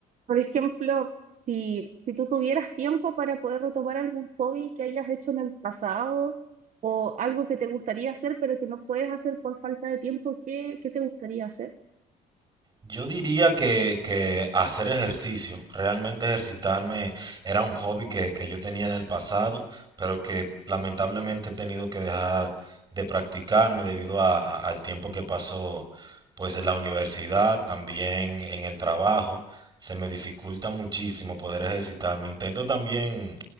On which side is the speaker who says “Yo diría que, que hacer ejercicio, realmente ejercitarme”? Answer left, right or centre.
Right